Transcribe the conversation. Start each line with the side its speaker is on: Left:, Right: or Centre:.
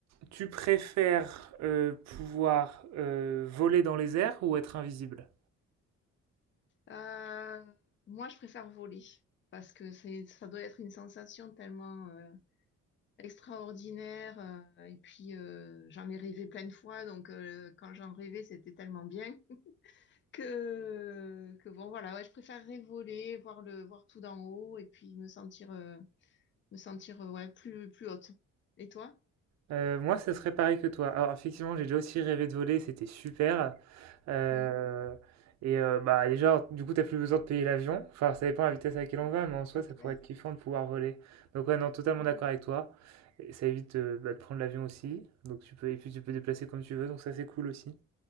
Right: tu préfères euh, pouvoir euh, voler dans les airs ou être invisible?
Left: Euh, moi, je préfère voler parce que c'est, ça doit être une sensation tellement euh, extraordinaire euh, et puis euh, j'en ai rêvé plein de fois, donc euh, quand j'en rêvais, c'était tellement bien. que, que bon, voilà, ouais, je préférerais voler, voir le, voir tout d'en haut et puis me sentir, euh, me sentir, euh, ouais, plus, plus haute. Et toi?
Right: Heu, moi, ce serait pareil que toi. Alors effectivement, j'ai déjà aussi rêvé de voler, c'était super, heu
Left: Mm,
Right: et heu, bah, déjà, du coup, t'as plus besoin de payer l'avion. Enfin, ça dépend de la vitesse à laquelle on va, mais en soi,
Left: c'est
Right: ça
Left: clair.
Right: pourrait être kiffant de pouvoir voler. Donc ouais, non, totalement
Left: Mm,
Right: d'accord avec toi et ça évite, heu, bah, de prendre l'avion aussi. Donc tu peux et puis tu peux déplacer comme tu veux, donc ça, c'est cool aussi.